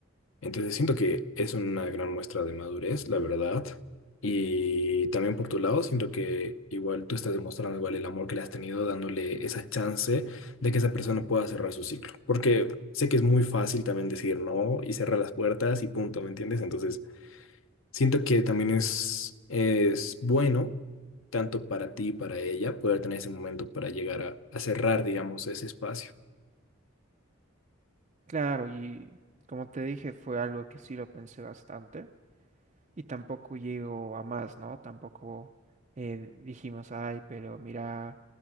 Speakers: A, on the left; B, on the right.
A: Entonces siento que es una gran muestra de madurez, la verdad. Y también por tu lado, siento que igual tú estás demostrando igual el amor que le has tenido, dándole esa chance de que esa persona pueda cerrar su ciclo. Porque sé que es muy fácil también decir no y cerrar las puertas y punto, ¿me entiendes? Entonces siento que también es, es bueno, tanto para ti y para ella, poder tener ese momento para llegar a, a cerrar, digamos, ese espacio.
B: Claro, y como te dije, fue algo que sí lo pensé bastante y tampoco llegó a más, ¿no? Tampoco eh, dijimos, ay, pero mira,